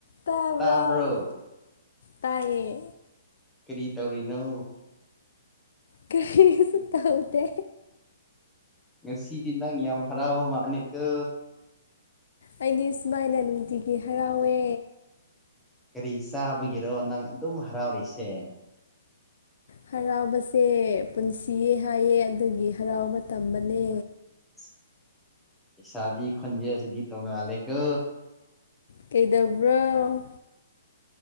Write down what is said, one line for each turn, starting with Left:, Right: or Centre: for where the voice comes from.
Left: ꯇꯥꯕ꯭ꯔꯣ
Centre: ꯇꯕ꯭ꯔꯣ
Left: ꯇꯥꯏꯌꯦ
Centre: ꯀꯔꯤ ꯇꯧꯔꯤꯅꯣ
Left: ꯀꯔꯤꯁꯨ ꯇꯧꯗꯦ
Centre: ꯉꯥꯁꯤꯗꯤ ꯅꯪ ꯌꯥꯝ ꯍꯔꯥꯎꯕ ꯃꯥꯂꯤꯀꯣ
Left: ꯑꯩꯗꯤ ꯁꯨꯃꯥꯏꯅ ꯅꯨꯡꯇꯤꯒꯤ ꯍꯔꯥꯎꯋꯦ
Centre: ꯀꯔꯤ ꯆꯥꯕꯒꯤꯔꯣ ꯅꯪ ꯑꯗꯨꯝ ꯍꯔꯥꯎꯔꯤꯁꯦ
Left: ꯍꯔꯥꯎꯕꯁꯦ ꯄꯨꯟꯁꯤꯌꯦ ꯍꯥꯏꯌꯦ ꯑꯗꯨꯒꯤ ꯍꯔꯥꯎꯕ ꯇꯝꯕꯅꯦ
Centre: <unintelligible> <inaudible> ꯁꯕꯤ ꯈꯟꯖꯦ ꯑꯁꯤꯗꯤ ꯇꯧꯅꯂꯦ ꯀ
Left: ꯀꯩꯗꯧꯕ꯭ꯔꯣ <inaudible>